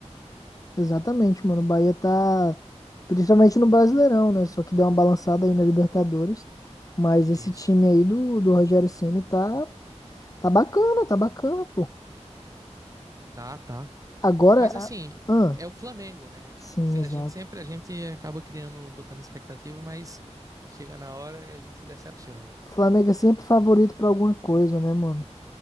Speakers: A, on the left (about 30°); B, on the right (about 30°).
A: Exatamente, mano. O Bahia tá. Principalmente no Brasileirão, né? Só que deu uma balançada aí na Libertadores. Mas esse
B: isso.
A: time aí do, do Rogério Ceni tá, tá bacana, tá bacana, pô.
B: Tá, tá.
A: Agora.
B: Mas assim,
A: a- Ah,
B: é o Flamengo, né?
A: sim,
B: Se-
A: exato.
B: A gente sempre, a gente acaba criando, botando expectativa, mas chega na hora e a gente se decepciona.
A: Flamengo é sempre favorito pra alguma coisa, né, mano?